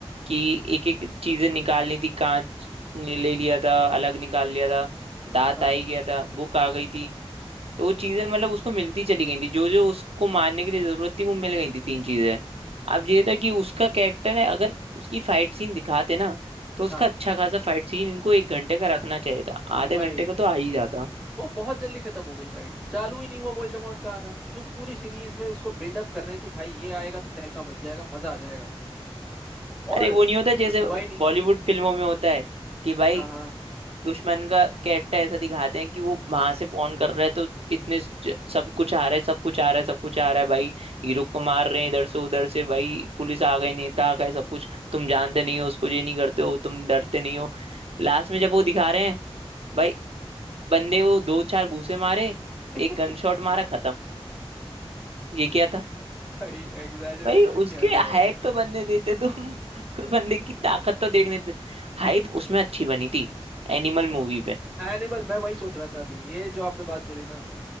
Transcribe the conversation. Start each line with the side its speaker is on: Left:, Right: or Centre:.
Right: कि एक एक चीजें निकालनी थी कांच ने ले लिया था अलग निकाल लिया था दांत
Centre: हाँ
Right: आ ही गया था बुक आ गई थी तो वो चीजें मतलब उसको मिलती चली गई थी जो जो उसको मारने के लिए जरूरत थी वो मिल गई थी तीन चीजें अब
Centre: हम्म
Right: ये था कि उसका कैरेक्टर है अगर उसकी फाइट सीन दिखाते ना तो उसका
Centre: हाँ
Right: अच्छा खासा फाइट सीन इनको एक घंटे का रखना चाहिए था
Centre: वही
Right: आधे घंटे का तो आ ही जाता
Centre: वो बहुत जल्दी खत्म हो गई फाइट चालू ही नहीं हुआ वोल्डेमॉर्ट का आना शु- पूरी सीरीज में उसको बिल्डअप कर रहे हैं कि भाई ये आएगा तो तहलका मच जाएगा मजा आ जाएगा और
Right: अरे वो नहीं होता जैसे
Centre: कुछ हुआ ही नहीं
Right: बॉलीवुड फिल्मों में होता है कि भाई
Centre: हाँ हाँ
Right: दुश्मन का कैरेक्टर ऐसा दिखाते हैं कि वो वहां से फोन कर रहा है तो इतने ज- सब कुछ आ रहा है सब कुछ आ रहा है सब कुछ आ रहा है भाई हीरो को मार रहे हैं इधर से उधर से भाई पुलिस आ गई नेता आ गए सब कुछ तुम जानते नहीं हो उसको ये नहीं करते हो तुम डरते नहीं हो लास्ट में जब वो दिखा रहे हैं भाई बंदे को दो चार घूंसे मारे
Centre: <laughs>
Right: एक गन शॉट मारा खत्म ये क्या था
Centre: भाई एग्जैजरेशन
Right: भाई उसके
Centre: की हद है भाई
Right: हाइप तो बनने देते तुम <laughs> उस
Centre: <laughs>
Right: बंदे की ताकत तो देखने देते हाइप उसमें अच्छी बनी थी एनिमल
Centre: इसमें
Right: मूवी पे
Centre: एनिमल मैं वही सोच रहा था अभी ये जो आपने बात बोली ना